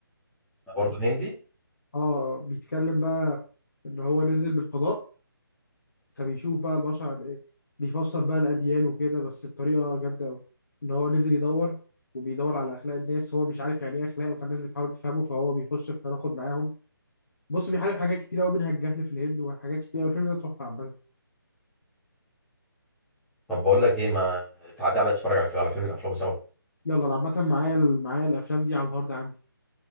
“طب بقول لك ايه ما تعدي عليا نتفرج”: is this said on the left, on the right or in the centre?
Centre